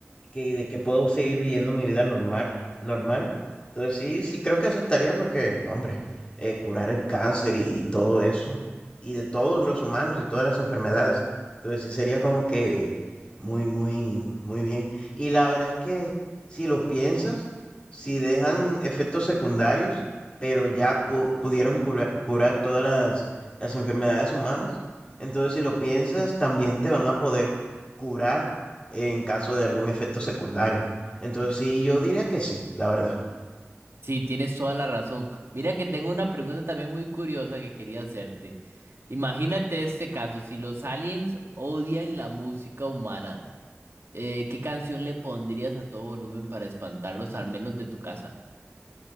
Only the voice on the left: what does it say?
que, de que puedo seguir viviendo mi vida normal, normal. Entonces sí, sí creo que aceptaría porque, no, hombre, eh, curar el cáncer y, y todo eso, y de todos los humanos y todas las enfermedades. Entonces sí sería como que muy, muy, muy bien. Y la verdad es que si lo piensas, si dejan efectos secundarios, pero ya pu- pudieron curar curar todas las, las enfermedades humanas, entonces si lo piensas, también te van a poder curar en caso de algún efecto secundario. Entonces sí, yo diría que sí, la verdad.